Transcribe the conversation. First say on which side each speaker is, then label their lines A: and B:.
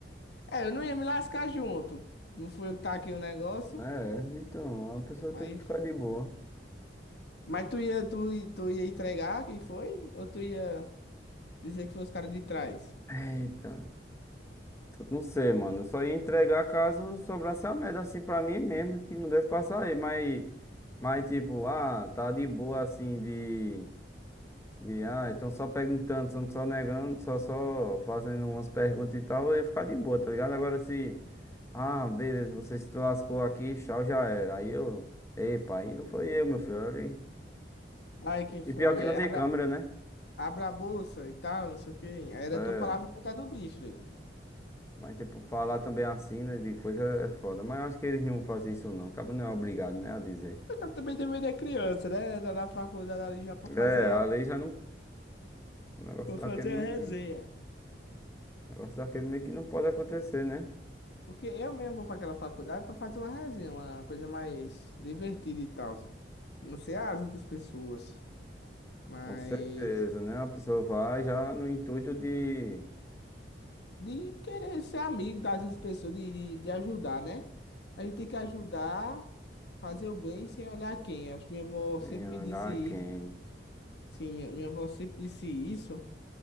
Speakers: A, on the left (about 65°); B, on the left (about 15°).
A: É, eu não ia me lascar junto. Não fui eu que tá aqui o negócio,
B: né, É, então, a pessoa
A: mas.
B: tem que ficar de boa.
A: Mas tu ia, tu, tu ia entregar quem foi? Ou tu ia. Dizer que foi os caras de trás.
B: Eita, eu não sei, mano. Eu só ia entregar caso sobrasse a merda assim pra mim mesmo, que não deve passar aí, mas. Mas, tipo, ah, tá de boa assim de. E, ah, então só perguntando, só só negando, só só fazendo umas perguntas e tal, eu ia ficar de boa, tá ligado? Agora se, ah, beleza, você se lascou aqui, tchau, já era. Aí eu, epa, aí não foi eu, meu filho. olha aí.
A: Aí quem foi?
B: E pior que não
A: Aí
B: tem
A: abra,
B: câmera, né?
A: abra a bolsa e tal, não sei o quê. Aí era
B: É,
A: tua palavra contar do bicho, velho.
B: mas tipo, falar também assim, né, de coisa é foda. Mas eu acho que eles não fazem isso não, acaba não é obrigado, né, a dizer.
A: Eu quero também deveria da criança, né? Tá na faculdade ali já pra fazer,
B: É, a
A: a-
B: lei já não, o negócio
A: pra
B: daquele
A: fazer
B: meio
A: a resenha.
B: que, negócio daquele meio que não pode acontecer, né?
A: Porque eu mesmo vou pra aquela faculdade pra fazer uma resenha, uma coisa mais divertida e tal. Não sei as outras pessoas, mas
B: Com certeza, né? A pessoa vai já no intuito de
A: de querer ser amigo das outras pessoas, de, de, de ajudar, né? A gente tem que ajudar, fazer o bem sem olhar quem. Acho que minha avó
B: Em
A: sempre me disse
B: olhar
A: isso.
B: quem?
A: Sim, minha minha avó sempre disse isso